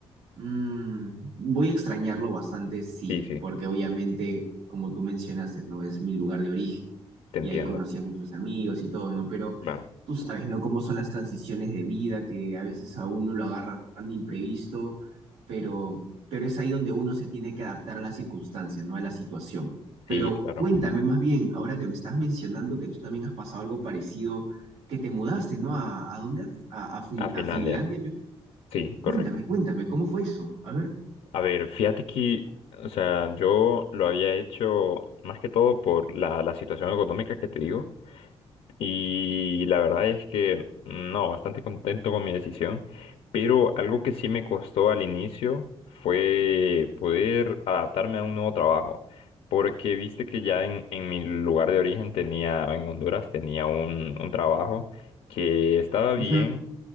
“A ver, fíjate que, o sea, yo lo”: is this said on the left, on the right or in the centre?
Left